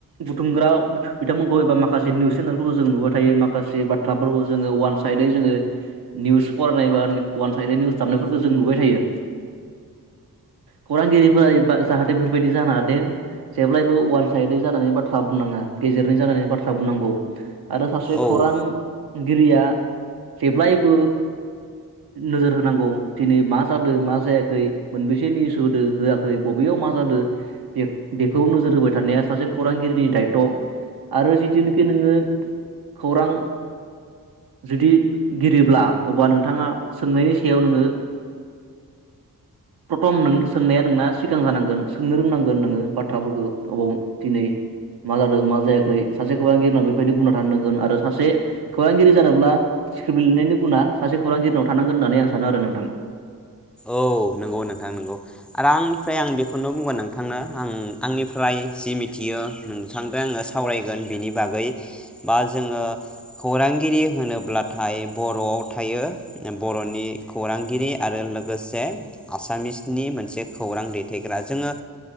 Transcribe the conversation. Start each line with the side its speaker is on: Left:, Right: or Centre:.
Right: बुथुमग्रा बिथांमोनखौ एबा माखासे निउस चेनेलफोरखौ जों नुबाय थायो माखासे बाथ्राफोरखौ जोङो अवान साइदयै जोङो निउस फरायनाय बा वान साइद निउस दाबनायफोरखौ जों नुबाय थायो। खौरांगिरिफोरा जाहाथे बेफोरबायदि जानङा दे जेब्लायबो अवान साइदै जानायनि बाथ्रा बुंनाङा गेजेरनि जानानै बाथ्रा बुंनांगौ। आरो सासे
Centre: औ
Right: खौरां गिरिया जेब्लायबो नोजोर होनांगौ दिनै मा जादों मा जायाखै मोनबेसे निउस होदो होआखै बबेयाव मा जादों बे-बेखौ नोजोर होबाय थानाया सासे खौरांगिरिनि दात्य आरो जिथुनिखि नोङो खौरां जुदि गिरिब्ला अब्ला नोंथाङा सोंनायनि सायाव नोङो प्रथम नों सोंनाया नोंना सिगां जानांगोन सोंनो रोंनांगोन नोङो बाथ्राफोरखौ अबाव दिनै मा जादों मा जायाखै सासे खौरांगिरिना बेबायदि बुंना थानो नांगोन आरो सासे खौरांगिरि जानोब्ला स्क्रिप लिरनायनि गुना सासे खौरांगिरिनाव थानांगोन होननानै आं सानो आरो नोंथां।
Centre: औ नोंगौ नोंथां नंगौ आरो आंनिफ्राय आं बेखौनो बुंगोन नोंथांनो आं आंनिफ्राय जि मिथियो नोंथांदो आङो सावरायगोन बिनि बागै बा जोङो खौरांगिरि होनोब्लाथाय बरआव थायो बरनि खौरांगिरि आरो लोगो लोगोसे आसामिसनि मोनसे खौरां दैथायग्रा। जोङो